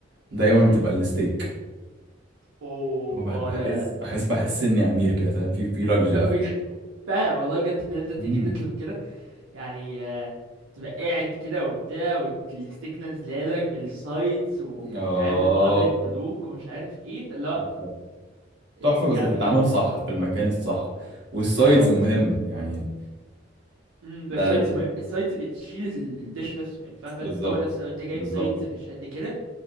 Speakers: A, on the right; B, on the right.
A: دايما بتبقى
B: إيه.
A: الستيك
B: اوه
A: هو بح- بحس
B: اه لا لا لا
A: بحس بحس اني امير كده فاهم في في لاكجري
B: <laughs>
A: في الموضوع
B: بقى والله بجد ان انت تيجي
A: امم
B: تطلب كده يعني آه، تبقى قاعد كده وبتاع والستيك نازلالك بالسايدز ومتعامل
A: اه
B: معاملة ملوك ومش عارف ايه فاللي هو
A: تحفه
B: آه،
A: تحفه
B: جا-
A: بس هتتعمل
B: جامدة
A: صح في المكان الصح والسايدز
B: بالظبط
A: مهمه يعني
B: امم
A: ده,
B: السايدز
A: ده
B: مهم السايدز بتشيل ال- الدش نفسه يعني فعلا بجد
A: بالظبط
B: الطبق نفسه لو انت جايب
A: بالظبط
B: سايدز مش قد كده